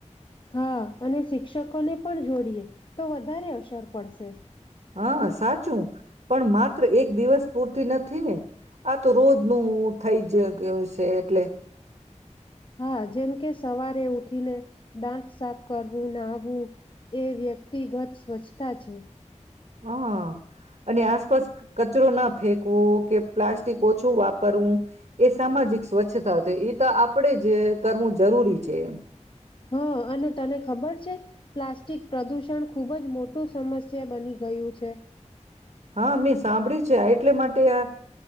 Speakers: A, on the left; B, on the right.
A: હા અને શિક્ષકોને પણ જોડીએ તો વધારે અસર પડશે
B: હ સાચું પણ માત્ર એક દિવસ પૂરતી નથી ને આ તો રોજનુ થઈ જ ગીયો છે એટલે.
A: હા જેમ કે સવારે ઉઠીને દાંત સાફ કરવું નાહવું એ વ્યક્તિગત સ્વચ્છતા છે.
B: હ. અને આસપાસ કચરો ના ફેંકવો કે પ્લાસ્ટિક ઓછું વાપ પરું એ સામાજિક સ્વચ્છતા છે. એ તો આપણેે જ કરવું જરૂરી છે એમ.
A: હં અને તને ખબર છે પ્લાસ્ટિક પ્રદૂષણ ખૂબ જ મોટું સમસ્યા બની ગયું છે.
B: હા મેં સાંભડિયું છે આ એટ એટલા માટે આ